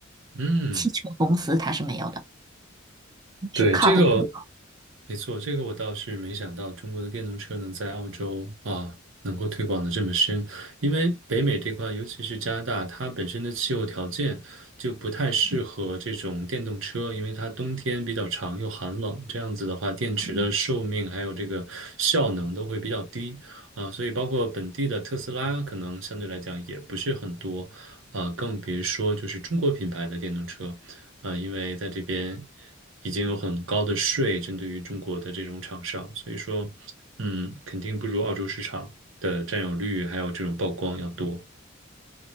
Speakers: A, on the right; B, on the right.
A: 嗯，
B: 汽车公司它是没有的，
A: 对，
B: 只靠的进口。
A: 这个没错，这个我倒是没想到中国的电动车能在澳洲啊能够推广的这么深，因为北美这块，尤其是加拿大，它本身的气候条件就不太适合这种电动车，因为它冬天比较长又寒冷，这样子的话，电池的寿命还有这个效能都会比较低啊，所以包括本地的特斯拉，可能相对来讲也不是很多，啊，更别说就是中国品牌的电动车。呃，因为在这边已经有很高的税针对于中国的这种厂商，所以说，嗯，肯定不如澳洲市场的占有率还有这种曝光要多。